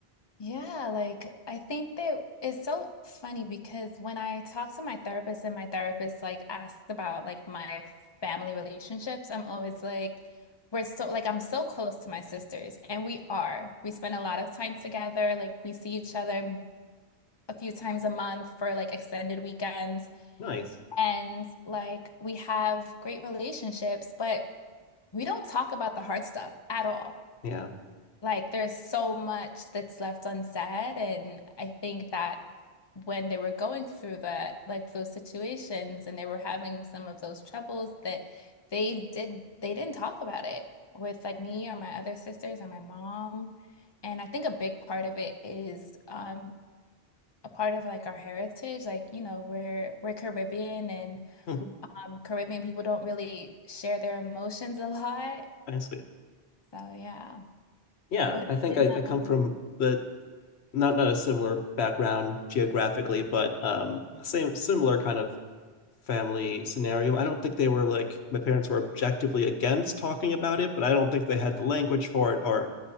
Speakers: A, on the left; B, on the left.
A: Yeah, like I think that it's so funny because when I talk to my therapist and my therapist like asks about like my family relationships, I'm always like, we're so like I'm so close to my sisters and we are. We spend a lot of time together, like we see each other a few times a month for like extended weekends.
B: nice?
A: and like we have great relationships, but we don't talk about the hard stuff at all.
B: Yeah.
A: Like there's so much that's left unsaid, and I think that when they were going through that, like those situations, and they were having some of those troubles that they did they didn't talk about it with like me or my other sisters or my mom. And I think a big part of it is um a part of like our heritage, like you know, we're we're Caribbean and
B: hmm
A: um, Caribbean people don't really share their emotions a lot.
B: I see.
A: So yeah.
B: Yeah,
A: What has
B: I think
A: been
B: I,
A: um
B: I come from the not not a similar background geographically, but um same similar kind of family scenario. I don't think they were like my parents were objectively against talking about it, but I don't think they had the language for it or